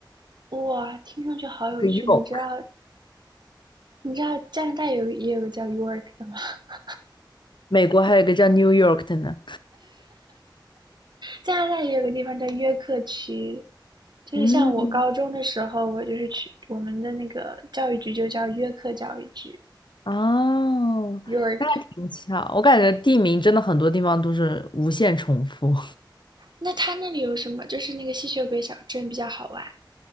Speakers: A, on the right; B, on the left.
A: 哇，听上去好有趣。
B: 就是 York。
A: 你知道，你知道加拿大有也有个叫 York 的吗？<laughs>
B: 美国还有一个叫 New York 的呢。
A: 加拿大也有个地方叫约克区，就是像我高中的时候，
B: 嗯，
A: 我就是去我们的那个教育局就叫约克教育局
B: 哦，
A: （York）。
B: 那还挺巧，我感觉地名真的很多地方都是无限重复。
A: 那它那里有什么？就是那个吸血鬼小镇比较好玩